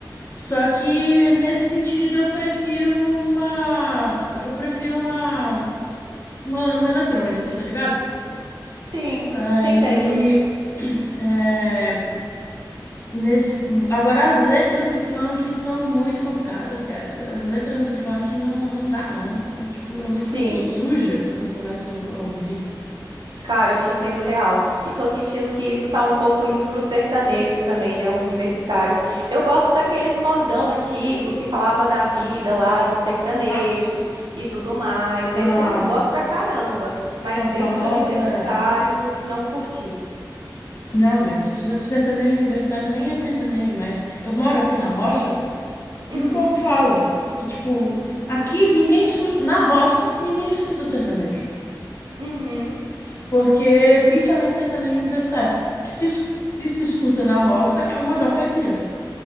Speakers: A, on the left (about 35°); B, on the right (about 80°).
A: Só que, nesse sentido, eu prefiro uma. Eu prefiro uma. Uma, uma eletrônica, tá ligado?
B: Sim,
A: Aí,
B: te entendo.
A: <clears throat> é, nesse, agora as letras do funk são muito complicadas, cara. As letras do funk não, não dá, não. Eu, tipo, eu me
B: Sim,
A: sinto suja quando eu começo a ouvir.
B: cara, eu te entendo real. E tô sentindo que isso tá um pouco indo pro sertanejo também, né? O universitário. Eu gosto daqueles modão antigo que falava da vida lá, do sertanejo
A: Ah,
B: e tudo mais.
A: a,
B: Esse eu gosto pra caramba. Mas
A: a famosa.
B: esses universitários não curti.
A: Não, mas sertanejo universitário nem é sertanejo mais. Eu moro aqui na roça
B: Sim. Uhum.
A: e o povo fala que, tipo, aqui ninguém escuta. Na roça, ninguém escuta sertanejo.
B: Uhum.
A: Porque, principalmente sertanejo universitário, o que se, es- o que se escuta na roça é o modão caipira.